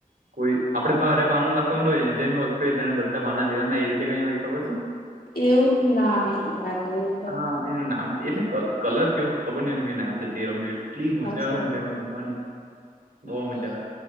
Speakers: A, on the right; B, on the left.
A: કોઈ આપડે ભારે પાનું લખવાનું હોય ને જેનું હલકો હોય એને બધા પાના લેના એ રીતે કઈ હો ખબર છે.
B: એવું ના યાર. એવું તો
A: હા એનું નામ છે એટલે કલર કેવું ખબર એનું એ નામ છે તે રમતો એટલે. એટલી મજા
B: હશે
A: આવેય ને તમાં રમવાની.
B: <inaudible>
A: બહુ મજા આવે